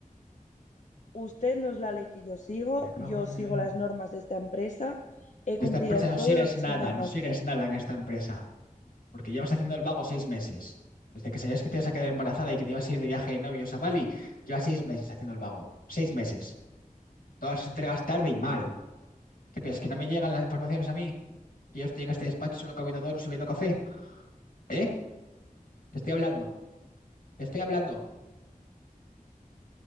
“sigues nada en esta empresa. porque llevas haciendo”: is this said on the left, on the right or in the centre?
Left